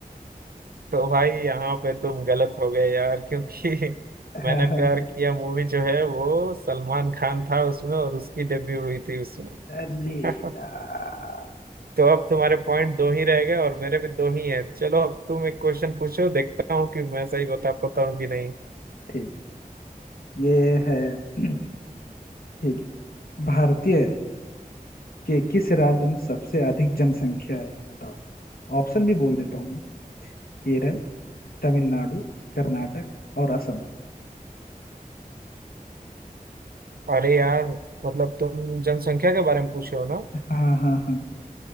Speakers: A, on the right (about 85°); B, on the left (about 80°).
A: <laughs> तो भाई यहाँ पे तुम गलत हो गए यार क्योंकि <laughs> मैंने
B: हाँ हाँ
A: प्यार किया मूवी जो है वो सलमान खान था उसमें और उसकी डेब्यू हुई थी उसमें
B: अरे
A: <laughs>
B: यार
A: तो अब तुम्हारे पॉइंट दो ही रह गए और मेरे भी दो ही हैं चलो अब तुम एक क्वेश्चन पूछो देखता हूँ कि मैं सही बता पाता हूँ कि नहीं
B: ठीक है ये है <clears throat> ठीक है भारतीय के किस राज्य में सबसे अधिक जनसंख्या है बताओ ऑप्शन भी बोल देता हूँ मैं केरल तमिलनाडु कर्नाटक और असम
A: अरे यार मतलब तुम जनसंख्या के बारे में पूछे हो ना
B: हाँ हाँ हाँ